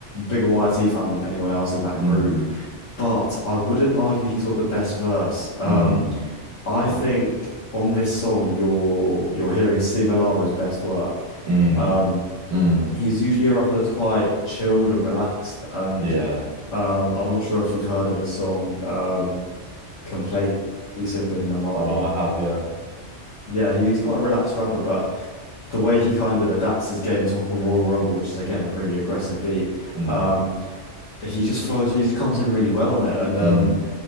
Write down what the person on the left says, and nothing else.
bigger YT fan than anyone else in that
group, but I wouldn't argue he's got the best verse. Um,
I think on this song you're you're hearing C. Milano's best work.
Um,
he's usually a rapper that's quite chilled and relaxed, and
um, I'm not sure if you've heard of his song um, "Complacent" with Normani.
Yeah, he's quite a relaxed rapper, but the way he kind of adapts his game to Hop on Royal Rumble, which is again a really aggressive beat.
um, he just flows. He just comes in really well on it, and um,